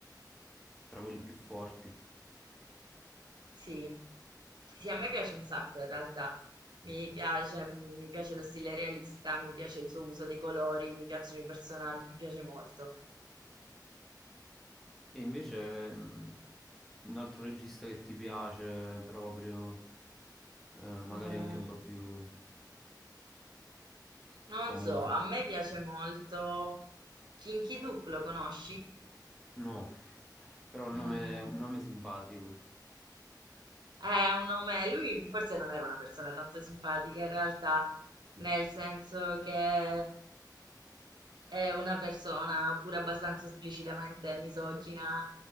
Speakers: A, in the centre; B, on the right.
A: tra quelli più forti.
B: Sì. Sì, a me piace un sacco in realtà. Mi piace, mm, mi piace lo stile realista, mi piace il suo uso dei colori, mi piacciono i personaggi, mi piace molto.
A: E invece, mh, un altro regista che ti piace proprio, eh, magari
B: Mm,
A: anche un po' più
B: non
A: famoso.
B: so, a me piace molto Kinky Duke, lo conosci?
A: No, <laughs> però un
B: Mm,
A: nome, un nome simpatico.
B: è un nome, lui forse non era una persona tanto simpatica in realtà, nel senso che È una persona pure abbastanza esplicitamente misogina,